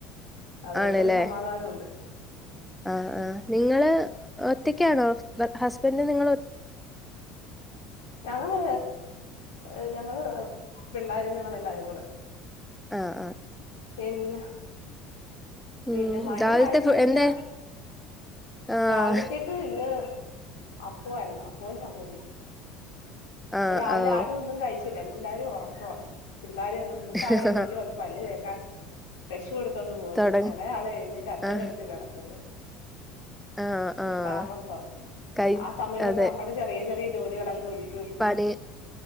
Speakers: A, on the left; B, in the centre.
A: അത് കൊണ്ടര്
B: ആണല്ലേ
A: സമാധാനം ഒണ്ട്
B: ആഹ് ആഹ് നിങ്ങള് ഒറ്റാക്ക്യാണോ ബ ഹസ്ബനിങ്ങൻ്റും നിങ്ങളും
A: ഞങ്ങള് യെ ഞങ്ങള് പിള്ളോരും ഞങ്ങള് എല്ലാരും കൂടെ
B: ആഹ് ആഹ്
A: പിന്നെ
B: ഉം
A: പിന്നെ മഴയായി
B: <unintelligible>
A: കഴിഞ്ഞാ
B: എന്തേ ആഹ്
A: രാവിലത്തേക്ക് ഇന്ന് അപ്പേം ആര്ന്ന് അപ്പോം ചമ്മന്തി ഇന്ന്
B: ആഹ്
A: രാവിലെ ആരും ഒന്നും കയിച്ചില്ല എല്ലാരും ഒറക്കവ പിള്ളേര് മൂത്താള്
B: ഓഹ്
A: എഴ്ന്നേറ്റ് വന്ന് പല്ല് തേക്കാൻ ബ്രഷു കൊടുത്തോണ്ട് പോന്നു
B: തൊടങ്ങ്
A: എളയാളേ എയ്ന്നേറ്റ് അച്ഛന്റെ
B: ആഹ്
A: എട്ത്ത് കേടക്ക്ന്ന്
B: ആഹ് ആഹ്
A: യെ താമസം
B: കൈ
A: ആഹ് സമയം കൊണ്ട്
B: അതെ
A: നമ്മടെ ചെറിയ ചെറിയ ജോലികളൊക്കെ ഒത്
B: പണി